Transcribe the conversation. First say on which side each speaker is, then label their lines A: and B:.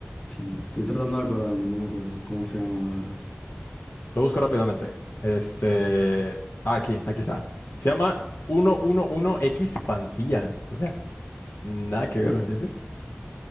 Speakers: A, on the left (about 30°); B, on the left (about 65°).
A: Chin, estoy tratando de acordarme, no me acuerdo. ¿Cómo se llamaba?
B: Lo busco rápidamente. Este, ah, aquí, aquí está. Se llama 111X Pantilla, o sea, nada que
A: Sí.
B: ver, ¿entiendes?